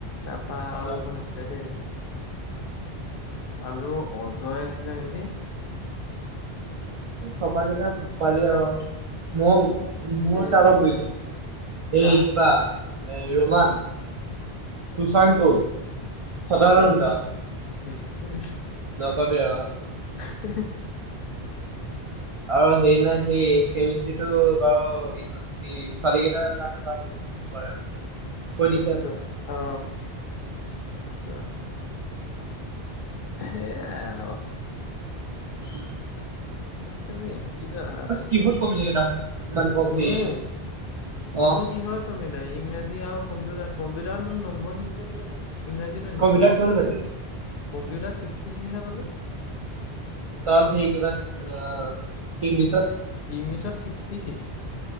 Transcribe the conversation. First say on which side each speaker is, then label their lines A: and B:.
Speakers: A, on the left; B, on the right.
A: তাৰপা আৰু
B: অ
A: কোন আছিলে দেই আৰু অজয় আছিলে নেকি।
B: তপাকেইটা পালি আৰু ময়ো
A: উম
B: মোৰ
A: উম
B: তালত বহিছো এই
A: কাহ
B: কিবা এ ৰমান শশাংক, চদানন্দ
A: উম উ
B: নাপাতে অ
A: হি হি
B: অ সেই নাই সে কেমিষ্ট্ৰিটো বাৰু ই ছোৱালী কেইটাৰ কাৰণে ভাল হ কব পাৰে আৰু কৈ দিছে
A: হৈছে
B: এখন
A: ত অ আচ্ছা সেইয়া অহ
B: উম
A: <unintelligible>
B: কিহত কমিলে তাহাত ইমান কম
A: মোৰ
B: সেই
A: মোৰ
B: অ
A: কিহত কম ইংৰাজী আৰু কম্পিউটাৰ কম্পিউটাৰত মোক নম্বৰ নিদিলে কেলে জানো ইংৰাজীতো
B: কম্পিউটাৰত
A: নিদিলে
B: কিমান পালি
A: কম্পিউটাৰত ছিক্সটি থ্ৰীহে পালো।
B: ত সেই কিবা অ ইংলিছত।
A: ইংলিছত ফিফটি থি।